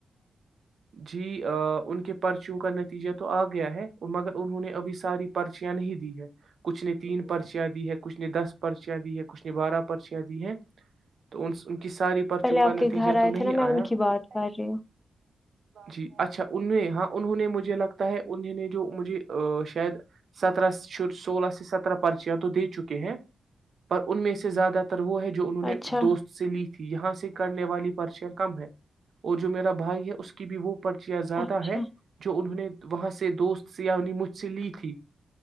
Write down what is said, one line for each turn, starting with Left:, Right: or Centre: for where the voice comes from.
Right: جی ان کے پرچیوں کا نتیجہ تو آ گیا ہے اور مگر انہوں نے ابھی ساری پرچیاں نہیں دی ہے کچھ نے تین پرچیاں دی ہے کچھ نے دس پرچیاں دی ہیں کچھ نے بارہ پرچیاں دی ہیں تو کی ساری پرچوں
Left: پہلے
Right: کا
Left: آپ
Right: نتیجہ
Left: کے گھر
Right: تو
Left: آئے
Right: نہیں
Left: تھے نا میں
Right: آیا
Left: ان
Right: تھوڑی
Left: کی بات
Right: دیر
Left: کر رہی ہوں
Right: جی اچھا ان میں ہاں انہوں نے مجھے لگتا ہے انہوں نے جو مجھے شاید سترہ سولہ سے سترہ پرچیاں تو دے چکے ہیں پر ان میں سے زیادہ وہ ہے جو انہوں نے
Left: اچھا
Right: دوست سے لی یہاں سے کرنے والی پرچیاں کم ہے اور جو میرا بھائی ہے اس کی بھی وہ پرچیاں زیادہ
Left: اچھا
Right: ہے جو انہوں نے وہاں سے دوست سیانی مجھ سے لی تھی